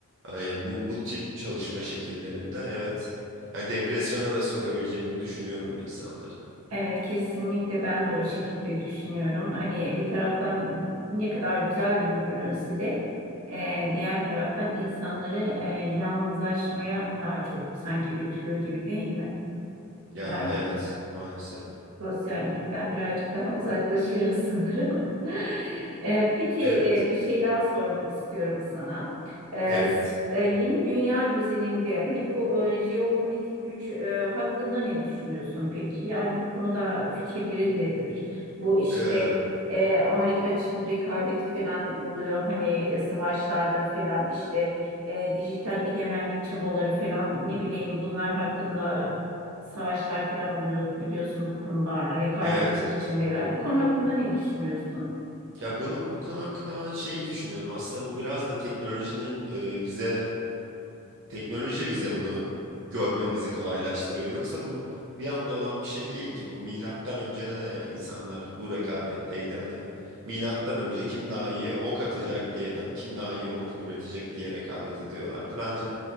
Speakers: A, on the right (about 60°); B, on the right (about 85°).
A: Hani bu, bu tip çalışma şekillerinde evet hani depresyona da sokabileceğini düşünüyorum insanları.
B: Evet kesinlikle ben de o şekilde düşünüyorum. Hani e, bir taraftan ne kadar güzel gibi görünse de e, diğer taraftan insanları e, yalnızlaşmaya daha çok sanki götürüyor gibi değil mi?
A: Ya
B: Yani
A: evet maalesef.
B: Sosyallikten birazcık daha uzaklaşıyoruz sanırım. <laughs> E, peki
A: Evet.
B: e, bir şey daha sormak istiyorum sana. E,
A: Evet.
B: s- e, yeni dünya düzeninde hani bu e, jeopolitik güç e, hakkında ne düşünüyorsun peki? Yani bu konuda fikirlerin nedir? Bu işte
A: Ee,
B: e, Amerika-Çin rekabeti falan oluyor hani e, savaşlardır falan işte e, dijital egemenlik çabaları falan ne bileyim bunlar hakkında savaşlar falan oluyor biliyorsun bu konularla rekabet
A: evet.
B: etmek içindeler. Bu konu hakkında ne düşünüyorsun?
A: Ya bunu bu konu hakkında ben şeyi düşünüyorum. Aslında bu biraz da teknolojinin e, bize Teknoloji bize bunu görmemizi kolaylaştırıyor. Yoksa bu bir anda olan bir şey değil ki. Bu milattan önce de insanlar bu rekabetteydi. Hani milattan önce kim daha iyi ok atacak diye, da- kim daha iyi ok üretecek diye rekabet ediyorlardı. Bence